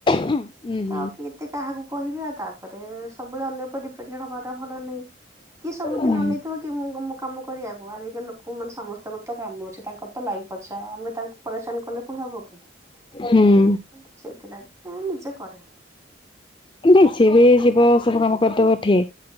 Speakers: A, on the left; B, on the right.
A: ହଁ ହୁଁ।
B: ତ ଆଉ କେତେ କାହାକୁ କହିବି? ଆଉ ତାପରେ ସବୁବେଳେ ଅନ୍ୟ ଉପରେ ଡ଼ିପେଣ୍ଡେଣ୍ଟ ହବାଟା ଭଲ ନୁହେଁ। କି ସବୁଦିନ
A: ଉଁ ହୁଁ ହୁଁ
B: ଅନେଇଥିବ କି ମୁଁ ମୋ କାମ କରିବାକୁ? ଆଜିକାଲି ଲୋକ ମୁଁ ମାନେ ସମସ୍ତଙ୍କର ତ କାମ ଅଛି। ତାଙ୍କର ତ ଲାଇଫ ଆଚ୍ଛା, ଆମେ ତାଙ୍କୁ ପରେଶାନ। କଲେ ପୁଣି ହବ କି?
A: ହୁଁ
B: ୁ ସେଇଥିଲାଗି ମୁଁ ନିଜେ କରେ।
A: <unintelligible> ଚିରି ଯିବ ସବୁ କାମ କରିଦବ ଠି